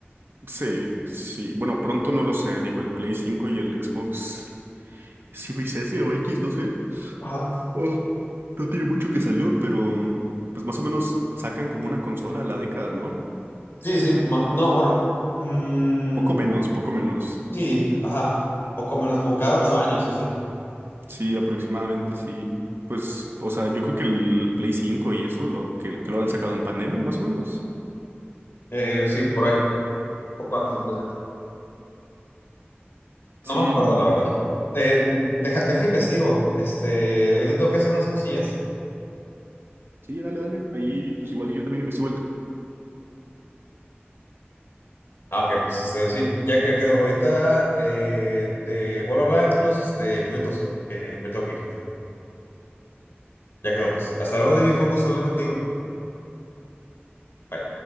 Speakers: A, on the right (about 60°); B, on the left (about 65°).
A: Sí, sí, bueno, pronto no lo sé, digo, el Play 5 y el Xbox Series S o X, no sé.
B: Ajá.
A: Oh, no tiene mucho que salió, pero pues más o menos sacan como una consola a la década, ¿no?
B: Sí, sí, ma- no, bueno, mm,
A: Poco menos, poco menos.
B: sí, ajá, poco menos, como cada ocho años o así.
A: Sí, aproximadamente sí. Pues, o sea, yo creo que el Play 5 y eso, lo que, que lo habrán sacado en pandemia, más o menos.
B: Eh, sí, por ahí, poco antes, no sé. No
A: Sí,
B: me acuerdo,
A: no.
B: la verdad. Eh, deja, deja investigo, este, ahorita tengo que hacer unas cosillas.
A: Sí, dale, dale. Ahí, pues
B: Ah, ok, pues este, sí, ya, ya quedó. Ahorita eh, te vuelvo a hablar en unos este, minutos. Eh, me tengo que ir. Ya quedó, pues. Hasta luego, David. Fue un gusto hablar contigo. Bye.